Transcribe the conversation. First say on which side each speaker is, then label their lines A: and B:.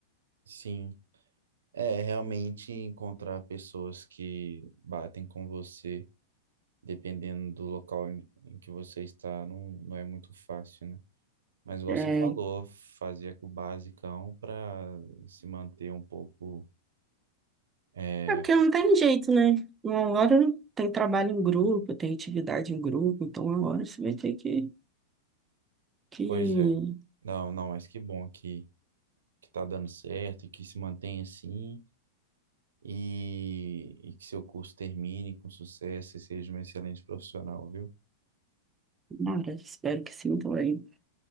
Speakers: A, on the right; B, on the right.
A: Sim. É, realmente encontrar pessoas que batem com você, dependendo do local em, em que você está, não, não é muito fácil, né? Mas igual
B: É,
A: você falou, fazia com o basicão para se manter um pouco é,
B: é porque não tem jeito, né? Uma hora tem trabalho em grupo, tem atividade em grupo, então uma hora você vai ter que, que...
A: Pois é. Não, não, mas que bom que, que tá dando certo e que se mantenha assim e, e que seu curso termine com sucesso e seja um excelente profissional, viu?
B: Nada, espero que sim também.